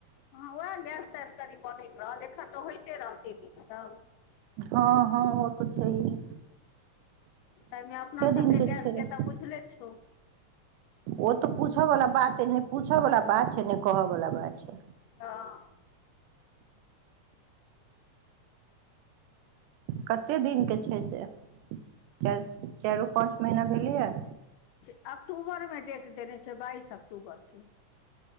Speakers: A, on the left; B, on the right.
A: हँ उएह गैस-तैस कनि बनैत रहल, एखन तऽ होइते रहते ने ई सब।
B: हँ हँ ओ तऽ छैए।
A: तइमें अपना सबके
B: दिन
A: गैस
B: छै
A: के तऽ बुझले छौ।
B: ओ तऽ पूछअ वला बात छै, ने पूछअ वाला बात छै नहि कहय बला बात छै।
A: हँ
B: कते दिन के। छै से, चाइर, चाइरो पाँच महीना भेलैए।
A: अक्टूबर मे डेट देने छैय बाइस अक्टूबर के।